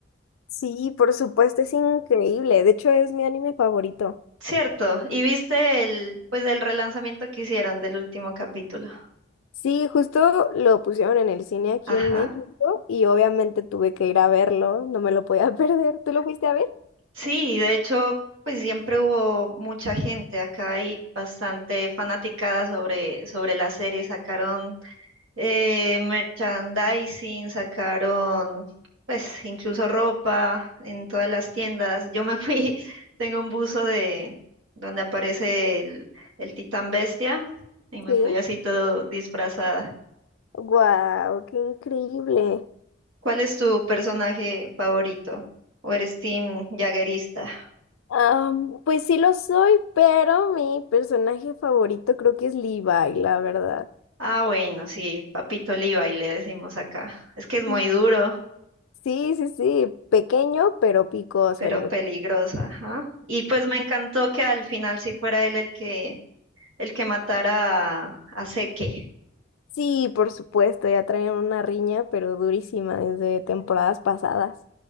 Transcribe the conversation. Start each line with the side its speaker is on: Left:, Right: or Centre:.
Left: Sí, por supuesto, es increíble. De hecho, es mi anime favorito.
Right: Cierto, y viste el, pues el relanzamiento que hicieron del último capítulo.
Left: Sí, justo lo pusieron en el cine aquí
Right: Ajá.
Left: en México y obviamente tuve que ir a verlo, no me lo podía <laughs> perder. ¿Tú lo fuiste a ver?
Right: Sí, de hecho, pues siempre hubo mucha gente, acá hay bastante fanaticada sobre, sobre la serie, sacaron eh, merchandising, sacaron pues incluso ropa en todas las tiendas. Yo me fui, <laughs> tengo un buzo de donde aparece el, el Titán Bestia y me
Left: Sí.
Right: fui así todo disfrazada.
Left: Wow, qué increíble.
Right: ¿Cuál es tu personaje favorito? ¿O eres team jaguerista?
Left: Am, pues sí lo soy, pero mi personaje favorito creo que es Levi, la verdad.
Right: Ah, bueno, sí, Papito Levi le decimos acá. Es que es muy
Left: Mm.
Right: duro,
Left: Sí, sí, sí, pequeño, pero picoso
Right: pero
Left: el muchacho.
Right: peligrosa, ajá. Y pues me encantó que al final sí fuera él el que el que matara a, a Seke.
Left: Sí, por supuesto, ya traen una riña, pero durísima desde temporadas pasadas.